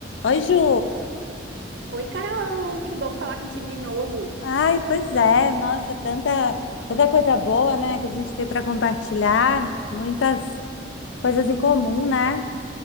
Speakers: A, on the left (about 85°); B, on the right (about 75°).
A: Oi, Ju.
B: Oi, Carol, que bom falar contigo de novo.
A: Ai, pois é. Nossa, tanta, tanta coisa boa, né, que a gente tem para compartilhar, muitas coisas em comum, né?